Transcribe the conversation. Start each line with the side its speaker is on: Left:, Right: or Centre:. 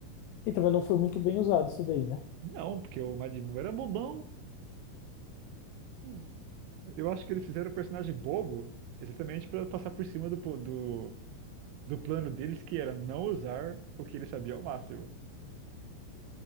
Left: Então, mas não foi muito bem usado isso daí, né?
Right: Não, porque o Majin Buu era bobão. Hum, Eu acho que eles fizeram o personagem bobo exatamente para passar por cima do, po- do, do plano deles, que era não usar o que ele sabia ao máximo.